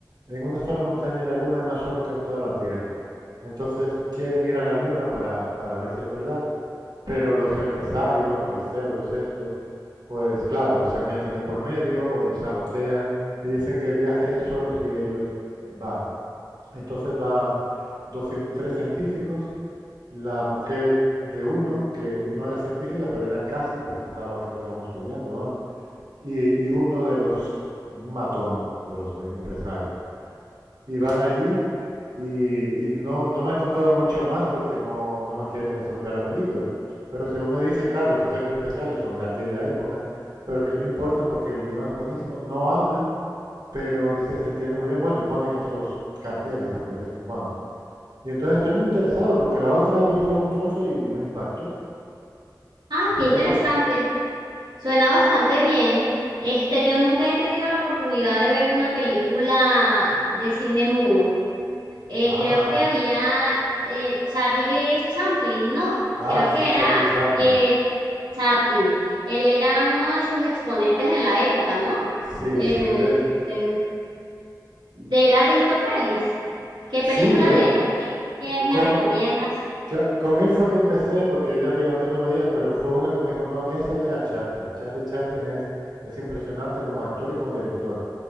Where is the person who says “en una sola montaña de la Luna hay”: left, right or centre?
Right